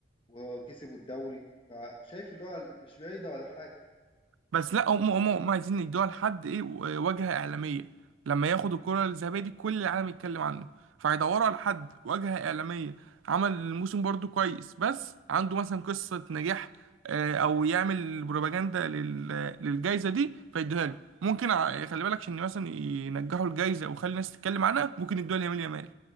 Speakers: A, on the left (about 25°); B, on the right (about 85°).
A: وكسبوا الدوري فشايف اللي هو مش بعيدة ولا حاجة
B: بس لا هم
A: ولا
B: هم هم
A: إيه؟
B: عايزين يدوها لحد ايه و- واجهة إعلامية لما ياخد الكرة الذهبية دي كل العالم يتكلم عنه فهيدوروا على حد واجهة إعلامية عمل الموسم برضو كويس بس عنده مثلا قصة نجاح آه، أو يعمل بروباجندا لل- للجايزة دي فيدوها له ممكن ع- خلي بالك عشان مثلا ينجحوا الجايزة ويخلي الناس تتكلم عنها ممكن يدوها ليامين يامال